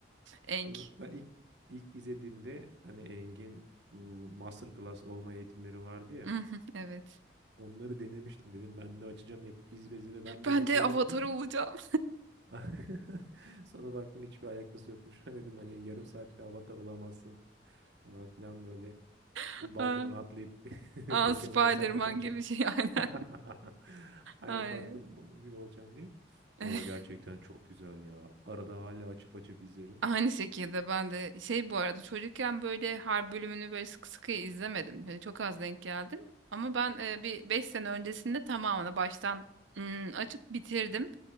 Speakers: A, on the right; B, on the right.
A: Aang.
B: Onu ben ilk ilk izlediğimde hani Engin bu masterclass olma eğitimleri vardı ya.
A: <laughs> Evet.
B: Onları denemiştim dedim. Ben de açacağım hep biz bezimi ben
A: Ben
B: de bakacağım
A: de Avatar
B: diye.
A: olacağım.
B: <laughs> Sonra baktım hiçbir alakası yokmuş. <laughs> Dedim hani yarım saatte avatar olamazsın falan filan böyle.
A: <laughs>
B: Hani balkondan atlayıp <laughs>
A: Aa,
B: Pokemon'u
A: Spider-Man
B: yasaklatan çocuk.
A: gibi şey <laughs> aynen.
B: <laughs> Aynen
A: Ay.
B: baktım onun gibi olacağım diye.
A: <laughs>
B: Ama gerçekten çok güzel ya. Arada hala açıp açıp izlerim.
A: Aynı şekilde ben de şey bu arada çocukken böyle her bölümünü böyle sıkı sıkı izlemedim. Hani çok az denk geldim. Ama ben e, bir 5 sene öncesinde tamamını baştan ım, açıp bitirdim.